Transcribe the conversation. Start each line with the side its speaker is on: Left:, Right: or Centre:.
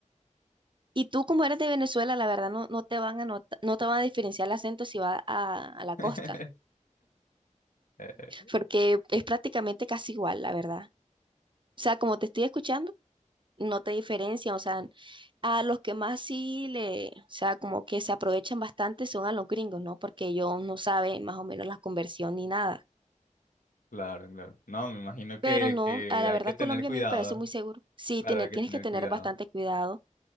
Right: Y tú, como eres de Venezuela, la verdad no, no te van a nota- no te van a diferenciar el acento si vas a, a la costa,
Left: <laughs> Eh,
Right: porque es prácticamente casi igual, la verdad. O sea, como te estoy escuchando, no te diferencian. O sea, a los que más sí le, o sea, como que se aprovechan bastante son a los gringos, ¿no? Porque ellos no saben más o menos la conversión ni nada.
Left: claro, claro. No, me imagino que,
Right: Pero no,
Left: que
Right: a la
Left: hay
Right: verdad
Left: que tener
Right: Colombia
Left: cuidado.
Right: a mí me parece muy seguro. Sí,
Left: Claro,
Right: tiene-
Left: hay que
Right: tienes
Left: tener
Right: que tener
Left: cuidado.
Right: bastante cuidado.